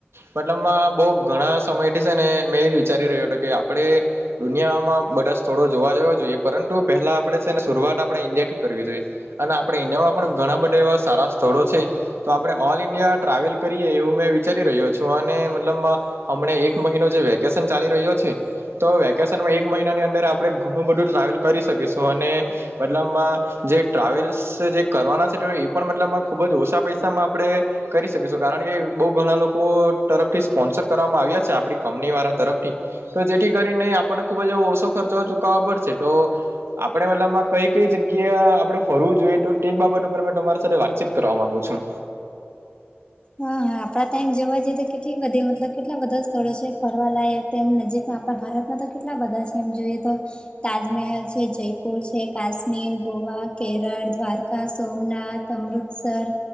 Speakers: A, on the right (about 85°); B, on the left (about 25°).
A: મતલબ બહુ ઘણા સમયથી છે ને મેં એજ વિચારી રહ્યો હતો કે આપણે દુનિયામાં બદસ થોડો જોવા જોવા જોઈએ પરંતુ પેહલા આપે છે ને શરૂઆત આપણેે ઇન્ડિયા થી કરવી જોઈએ અને આપણે ઇન્ડિયામાં પણ ઘણા બધા એવા સારા સ્થળો છે. તો આપડણે ઓલ ઈન્ડિયા ટ્રાવેલ કરીએ એવું મેં વિચારી રહ્યો છું અને મતલબ હમણા એક મહિનો જે વેકેશન ચાલી રહ્યો છે. તો વેકેશનમાં એક મહિનાની અંદર આપણે ઘણું બધું ટ્રાવેલ કરી શકીશું અને મતલબમાં જે ટ્રાવેલ્સ જે કરવાના છે એ પણ મતલબમાં ખૂબ જ ઓછા પૈસામાં આપણે કરી શકીશું કારણ કે બહુ ઘણા લોકો તરફથી સ્પોન્સર કરવામાં આવ્યા છે આપણી કંપની વાળા તરફથી તો જેથી કરીને આપણને ખુબ જ એવો ઓછો ખર્ચ ચૂકવવા પડશે તો. આપડે મતલબમાં કઈ કઈ જગ્યા આપડે ફરવું જોઈએ તો તે જ બાબત ઉપર મે તમારી સાથે વાતચીત કરવા મામાંગુ છું.
B: હા હા આપડા ટાઈમ જોવા જઈએ તો કેટલી બધી મતલબ કેટલા બધા સ્થળો છે ફરવાલાયક. તેમ નજીકમાં આપણા ભારતમાં તો કેટલા બધા છે એમ જોઈએ તો તાજમહેલ છે જયપુર છે કાશ્મીર ગોવા કેરળ દ્વારકા સોમનાથ અમૃતસર